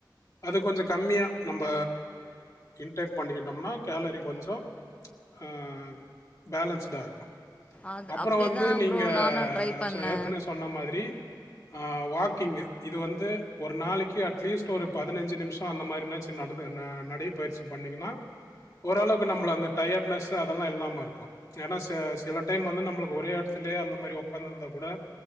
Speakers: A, on the left (about 45°); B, on the left (about 15°).
A: அது கொஞ்சோ கம்மியா நம்ப இன்டேக் பண்ணிக்கிட்டோம்னா கேலரி கொஞ்சோ ஆ பேலன்ஸ்டா இருக்கு
B: அது
A: அப்புறோ
B: அப்டிதா
A: வந்து நீங்க
B: ப்ரோ நானு ட்ரை பண்ணே
A: ஏற்கனவே சொன்ன மாதிரி ஆ வாக்கிங்கு இது வந்து ஒரு நாளைக்கு அட்லீஸ்ட் ஒரு பதினஞ்சு நிமிஷோ அந்தமாரினாச்சு நடந்து ந நடை பயிற்சி பண்ணீங்கன்னா ஓரளவுக்கு நம்பள அந்த டயர்ட்னஸ்ஸு அதெல்லா இல்லாம இருக்கு எனா ச சில டைம் வந்து நம்பளுக்கு ஒரே எடத்துலயே அந்தமாரி ஒக்காந்திருந்தாகூட